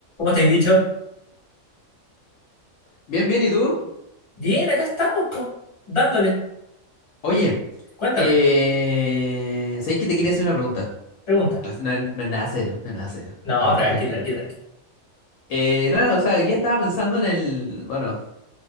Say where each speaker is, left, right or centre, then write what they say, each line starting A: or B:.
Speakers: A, on the left; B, on the left.
A: ¿Cómo estáis dicho?
B: Bien, bien, ¿y tú?
A: Bien, acá estamos, po, dándole.
B: Oye,
A: Cuéntame,
B: eh, ¿sabes que te quería hacer una pregunta?
A: pregunta.
B: No, es no- no es nada serio, no es nada serio,
A: No,
B: para que
A: tranqui,
B: estés tranquilo.
A: tranqui, tranqui.
B: Eh, nada, o sea, hoy día estaba pensando en el... Bueno,